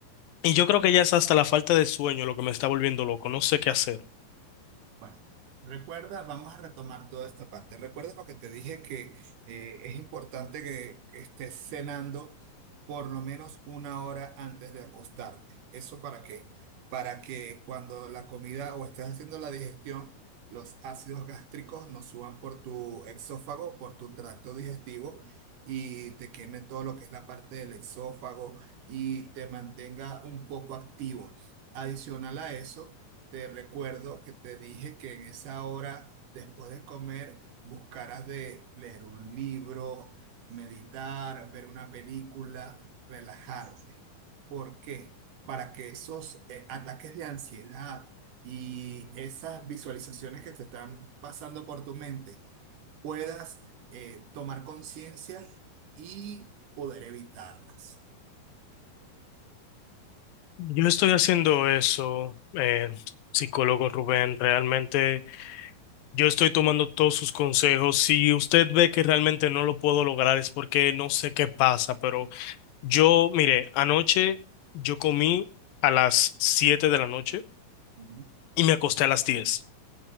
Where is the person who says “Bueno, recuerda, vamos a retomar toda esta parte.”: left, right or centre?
Right